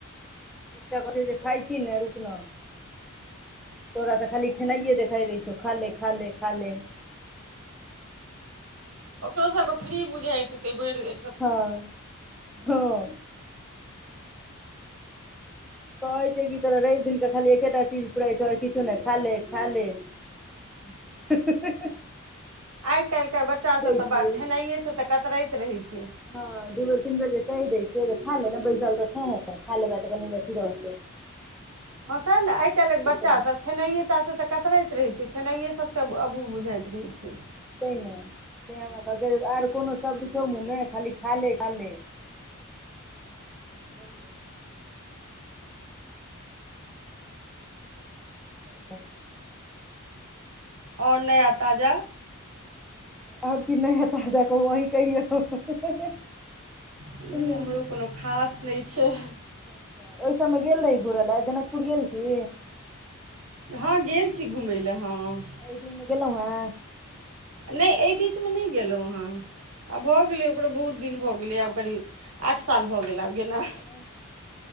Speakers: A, in the centre; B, on the right.
A: एकटा कहतै जे खाय छी ना रुक न तोरा तऽ खाली खेनाइये देखाई दैय छौ खाले-खाले-खाले
B: ओकरो सबके फ्री बुझाइत हैतै भइर दिन
A: हाँ-हँ कहै छै कि तोरा रैइब दिन क खाली एकेटा चीज फुराई छौउ और किछु नहि खाले-खाले ह-ह-ह-ह
B: आइ काइल के बच्चा सब तऽ
A: छियै
B: खेनाइए सँ तऽ कतराइत रहै छैय
A: हँ दू बेर तीन बेर जे कहि दय छियै खा ले ने बैसल तऽ छै खा लेबै तऽ कनि रहतो
B: पसंद आई बच्चा
A: तोरा
B: सब काईल खेनाइए टा स तऽ कतरइ त रहै छैय खेनाइए सब स अबूह बुझाइत रहै छैय
A: तय न से हमरा कहल के आर कोनो शब्द छौउ मुँह मे खाली खाले खाले बुझलियै त ला
B: और नया ताजा
A: और कि नया ताजा कहू आहि कहियो, ह,
B: नहि
A: ह
B: हमरो कोनो खास नयि छैय
A: अच्छा ओहि सबमे गेल रही घुरैय लैए जनकपुर गेल छी
B: हँ गेल छी घुमय लए हँ
A: एहि दिन मे गेलहुँ हे
B: नैय एय बीच में नहि गेलहुँ हँ आब भऽ गेलै ओकरो बहुत दिन भऽ गेलैय आब करीब आठ साल भऽ गेल आब गेना
A: हँ